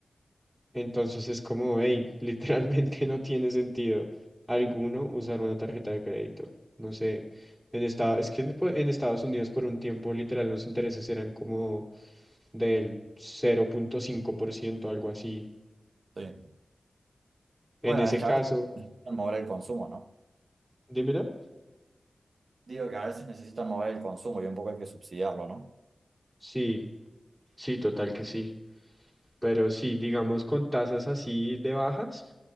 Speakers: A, on the right (about 20°); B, on the right (about 75°).
A: Entonces es como, hey, <laughs> literalmente no tiene sentido alguno usar una tarjeta de crédito. No sé, en esta- es que en pues, en Estados Unidos por un tiempo literal los intereses eran como del cero punto cinco por ciento algo así.
B: sí.
A: En
B: Bueno,
A: ese
B: es que
A: caso,
B: a veces necesitan mover el consumo, ¿no?
A: dímelo.
B: Digo que a veces necesitan mover el consumo y un poco hay que subsidiarlo, ¿no?
A: Sí, sí, total que sí. Pero sí, digamos con tasas así de bajas,